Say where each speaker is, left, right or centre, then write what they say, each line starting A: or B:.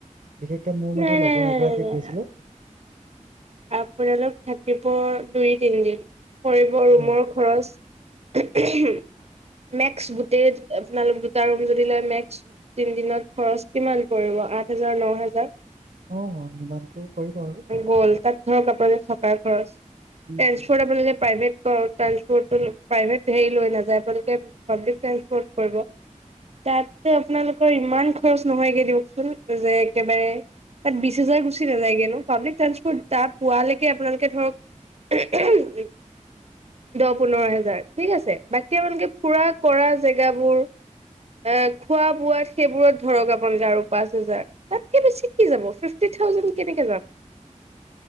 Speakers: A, on the right; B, on the right.
A: বিশেষক মোৰ,
B: নাই
A: মানে,
B: নাই
A: লগৰ
B: নাই
A: এগৰাকীয়ে
B: নাই নাই
A: কৈছিলে
B: আপোনালোক থাকিব দুই-তিনিদিন পৰিব। ৰুমৰ
A: অ
B: খৰচ <inaudible> মেক্স গোটে আপোনালোক দুই দুটা ৰুম যদি লৈ, মেক্স তিনিদিনত খৰচ কিমান পৰিব? আঠ হাজাৰ ন, ন হাজাৰ?
A: অ', অ', সিমানটো পৰিব আৰু
B: গ'ল তাত ধৰক, আপোনালোক থকাৰ খৰচ
A: উম
B: ট্ৰেন্সপৰ্ট। আপোনালোকে প্ৰাইভেট কৈ ট্ৰেন্সপৰ্টও প্ৰাইভেট হেৰি লৈ নাযায়। আপোনালোকে পাব্লিক ট্ৰেন্সপৰ্ট কৰিব। তাতে আপোনালোকৰ ইমান খৰচ নহয়গে দিয়কচোন। যে, একেবাৰে তাত বিশ হাজাৰ গুচি নাযায়গে ন'। পাব্লিক ট্ৰেন্সপৰ্ট তাৰ পোৱালেকে আপোনালোকে, ধৰক, দহ-পোন্ধৰ হাজাৰ। ঠিক আছে। বাকী আপোনালোকে ফুৰা-কৰা জেগাবোৰ, আ, খোৱা-বোৱাত, সেইবোৰত ধৰক, আপোনালোকে আৰু পাঁচ হাজাৰ। তাতকে বেছি কি যাব? ফিফটি থাউজেণ্ড কেনেকে যাব?